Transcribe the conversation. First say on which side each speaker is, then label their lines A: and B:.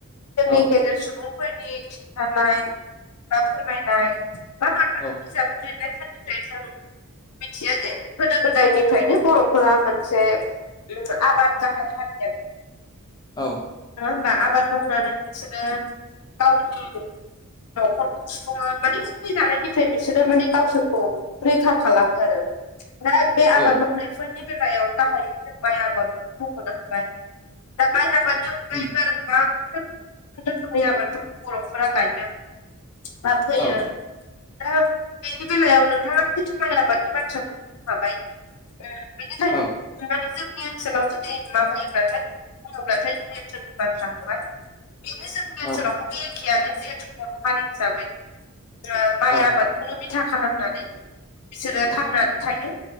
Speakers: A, on the left; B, on the left.
A: जोंनि
B: औ
A: गेदेर सुबुंफोरनि खिन्थानाय बा फोरमायनाय बा माब्ला
B: औ
A: बिजाबाव लिरनायफोरनिफ्राय जों मिथियो जे गोदो गोदायनिफ्रायनो बर'फोरा मोनसे उम आबाद गाहाय हारि आरो
B: औ
A: नङा होमबा आबाद मावनानै बिसोरो गावनि न'खर सुफुङो माने उखै जानायनिफ्राय बिसोरो माने गावसोरखौ रैखा खालामो आरो दा बे आबाद
B: औ
A: मावनायफोरनि बेलायाव गाहायै जों माइ आबादखौनो मख'नो हाबाय दा माइ आबादनि अनगायैबो
B: उम
A: आरो गोबांथार रोखोमनि आबादफोरखौ बर'फोरा गायो बा फोयो
B: औ
A: दा बेनि बेलायाव नोंथाङा जिथु माइ आबादनि बाथ्राखौनो बुंखाबाय उम बेनिखायनो
B: औ
A: माने जोंनि ओनसोलाव जुदि माबायोब्लाथाय बुङोब्लाथाय जोंनि ओनसोलनि बाथ्राखौहाय बेनो जोंनि ओनसोलावबो
B: औ
A: बे एखेयानो जिहेथु बर' हारि हिसाबै जोङो माइ
B: औ
A: आबादखौनो बिथा खालामनानै बिसोरो थांनानै थायो